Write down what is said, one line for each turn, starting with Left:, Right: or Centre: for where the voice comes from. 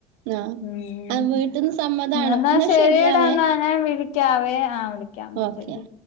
Right: ആഹ്
Left: ഉം
Right: ആഹ് വീട്ടിന്ന് സമ്മതാണോ
Left: എന്നാ ശരിയടാ
Right: ശരിയാവേ
Left: ന്നാഞാവിളി ക്കാവേ ആഹ് വിളിക്കാ ന്നാശരി
Right: ഓക്കെ